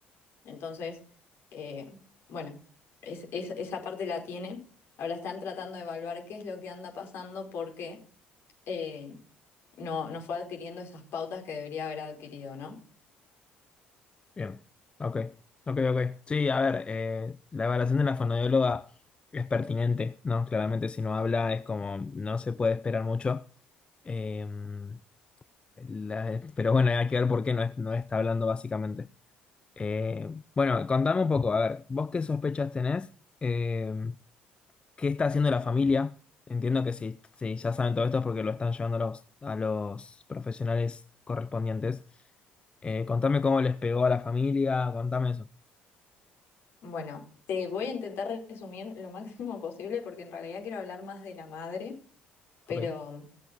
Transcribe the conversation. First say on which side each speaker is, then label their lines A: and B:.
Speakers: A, on the left (about 55°); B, on the left (about 20°).
A: Entonces, eh, bueno, es- es- esa parte la tiene. Ahora están tratando de evaluar qué es lo que anda pasando porque eh, no, no fue adquiriendo esas pautas que debería haber adquirido, ¿no?
B: Bien. Ok, ok, ok. Sí, a ver, eh, la evaluación de la fonoaudióloga es pertinente, ¿no? Claramente si no habla es como no se puede esperar mucho. Em, la- pero bueno, hay que ver por qué no, es- no está hablando básicamente. Eh, bueno, contame un poco, a ver, ¿vos qué sospechas tenés? Em, qué está haciendo la familia. Entiendo que si, si ya saben todo esto es porque lo están llevando a los, a los profesionales correspondientes. Eh, contame cómo les pegó a la familia, contame eso.
A: Bueno, te voy a intentar resumir lo máximo <laughs> posible porque en realidad quiero hablar más de la madre, pero
B: Ok,